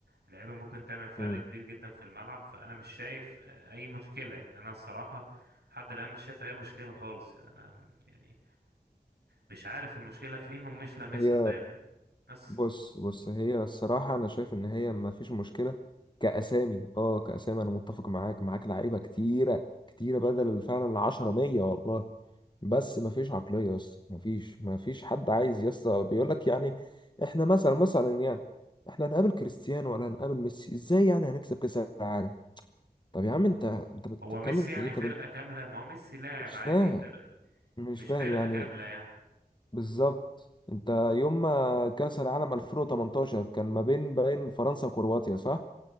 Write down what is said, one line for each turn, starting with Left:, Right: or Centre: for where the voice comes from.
Right: لعيبة ممكن تعمل فرق
Left: مم.
Right: كبير جدا في الملعب فانا مش شايف آه، اي مشكلة يعني انا الصراحة لحد الان مش شايف اي مشكلة خالص انا يعني مش عارف المشكلة فين ومش
Left: <laughs>
Right: لامسها
Left: هي
Right: فاهمني بس
Left: بص بص هي الصراحة أنا شايف إن هي ما فيش مشكلة كأسامي أه كأسامي أنا متفق معاك معاك لعيبة كتيرة كتيرة بدل فعلا العشرة مية والله بس ما فيش عقلية يا اسطى ما فيش ما فيش حد عايز يا اسطى بيقول لك يعني إحنا مثلا مثلا يعني إحنا هنقابل كريستيانو ولا هنقابل ميسي إزاي يعني هنكسب كأس العالم طب يا عم أنت أنت بتتكلم
Right: هو ميسي
Left: في
Right: يعني
Left: إيه
Right: فرقة
Left: طب أنت
Right: كاملة ما هو ميسي لاعب
Left: مش
Right: عادي
Left: فاهم
Right: فرقة
Left: مش
Right: مش
Left: فاهم
Right: فرقة
Left: يعني
Right: كاملة يعني
Left: بالظبط انت يوم ما كأس العالم 2018 كان ما بين بين فرنسا وكرواتيا صح؟